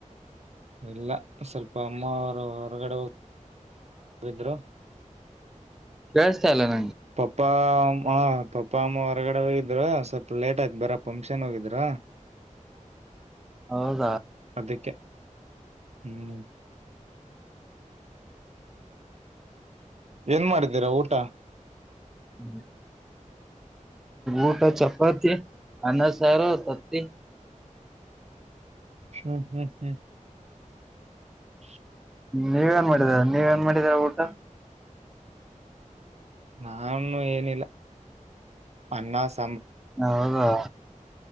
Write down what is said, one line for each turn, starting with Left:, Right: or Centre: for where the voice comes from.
Right: ಇಲ್ಲ ಸ್ವಲ್ಪ ಅಮ್ಮ ಅವರು ಹೊರಗಡೆ ಹೋಗ ಹಿದರು.
Centre: ಕೇಳಸ್ತ ಇಲ್ಲ ನ.
Right: ಪಪ್ಪಾ ಅಮ್ಮ ಪಪ್ಪ ಅಮ್ಮ ಹೊರಗಡೆ ಹೋಗಿದ್ರ. ಸ್ವಲ್ಪ ಲೇಟ್ ಆಯ್ತು ಬರ ಫಂಕ್ಷನ್ ಹೋಗಿದ್ರ. <inaudible>
Centre: ಹೌದಾ.
Right: ಅದಕ್ಕೆ ಹ್ಮ್ ಏನ್ ಮಾಡಿದ್ದೀರಾ ಊಟ.
Centre: <inaudible> ಊಟ ಚಪಾತಿ, ಅನ್ನ, ಸಾರತತಿ
Right: ಹ್ಮ್ ಹ್ಮ್ ಹ್ಮ್ <inaudible>
Centre: ನೀವೇಏನ್ ಮಾಡಿದರ ನೀವ ಏನ್ ಮಾಡಿದೀರ ಊಟ.
Right: ನಾನು ಏನಿಲ್ಲ ಅನ್ನಸ್
Centre: ಹೌದಾ